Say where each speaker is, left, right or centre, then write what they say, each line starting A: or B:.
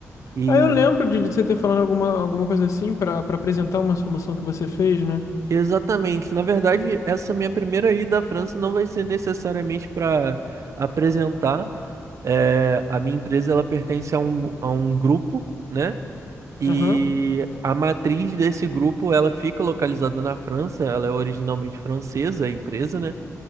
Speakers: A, on the right (about 65°); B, on the left (about 70°).
A: E
B: Ah, eu lembro de, de você ter falado alguma, alguma coisa assim pra para apresentar uma solução que você fez, né?
A: Exatamente. Na verdade, essa minha primeira ida à França não vai ser necessariamente para apresentar. É, a minha empresa ela pertence a um, a um grupo, né? E
B: Aham.
A: a matriz desse grupo ela fica localizada na França. Ela é originalmente francesa, a empresa, né?